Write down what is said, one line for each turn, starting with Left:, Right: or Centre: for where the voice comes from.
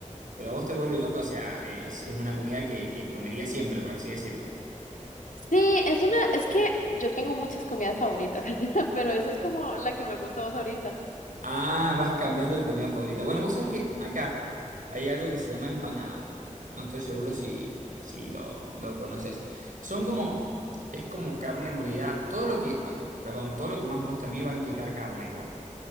Right: Pero a vos te vuelve loca, o sea, es, es una comida que, que, que comería siempre, por así decirlo.
Left: Sí, es una, es que yo tengo muchas comidas favoritas, <laughs> pero esa es como la que me gusta más ahorita.
Right: Ah, vas cambiando de comida favorita. Bueno, vos sabés que acá hay algo que se llama empanada. No estoy seguro si, si lo, lo conoces. Son como, es como carne molida. Todo lo que, ah, per- perdón, todo lo que más me gusta a mí va a implicar carne igual.